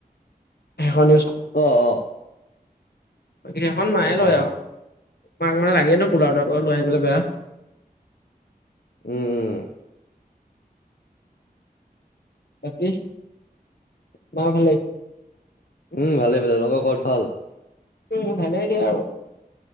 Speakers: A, on the left; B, on the left.
A: সেই খন
B: অ', অ'।
A: সেইখন মায়ে লয়
B: অ'
A: আৰু মাক মানে লাগে নো কুলাৰটো লৈ আহিবলৈ বেয়া
B: উম। উম,
A: বাকী মা ভালে।
B: উম, ভালেই ভালে তহঁতৰ ঘৰত ভাল।
A: উম ভালেই দিয়া আৰু